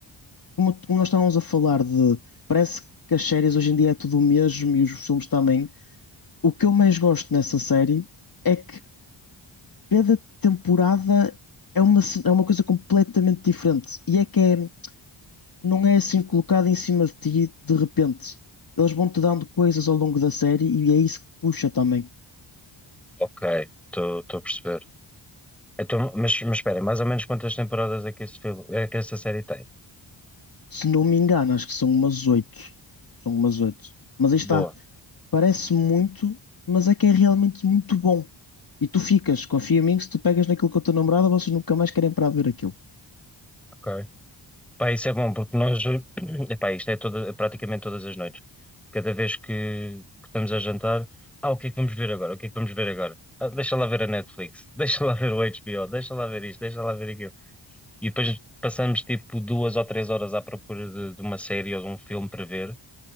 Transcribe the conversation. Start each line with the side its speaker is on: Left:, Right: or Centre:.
Left: como, como nós estávamos a falar de, parece que as séries hoje em dia é tudo o mesmo e os filmes também. O que eu mais gosto nessa série é que cada temporada é uma, ce- é uma coisa completamente diferente. E é que é- não é assim colocada em cima de ti de repente. Eles vão-te dando coisas ao longo da série e é isso que puxa também.
Centre: Ok, estou a perceber. Então, mas, mas espera, mais ou menos quantas temporadas é que esse filme, é que essa série tem?
Left: Se não me engano, acho que são umas oito. São umas oito. Mas aí está.
Centre: Boa.
Left: parece muito, mas é que é realmente muito bom. E tu ficas, confia em mim, que se tu pegas naquilo com a tua namorada, vocês nunca mais querem parar de ver aquilo.
Centre: Ok. Pá, isso é bom, porque nós, <clears throat> epá, isto é toda, praticamente todas as noites. Cada vez que, que estamos a jantar, ah, o que é que vamos ver agora? O que é que vamos ver agora? Ah, deixa lá ver a Netflix, <laughs> deixa lá ver o HBO, deixa lá ver isto, deixa lá ver aquilo. E depois passamos tipo duas ou três horas à procura de, de uma série ou de um filme para ver